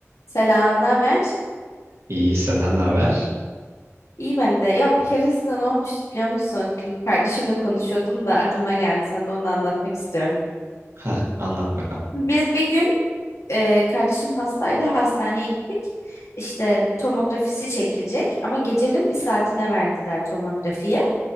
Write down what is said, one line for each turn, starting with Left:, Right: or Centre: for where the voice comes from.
Left: Selam, ne haber?
Right: İyi senden ne haber?
Left: İyi ben de. Ya bir keresinde ne olmuştu biliyor musun? Kardeşimle konuşuyordum da aklıma geldi. Sana onu anlatmak istiyorum.
Right: Heh, anlat bakalım.
Left: Biz bir gün e, kardeşim hastaydı. Hastaneye gittik. İşte tomografisi çekilecek ama gecenin bir saatine verdiler tomografiyi.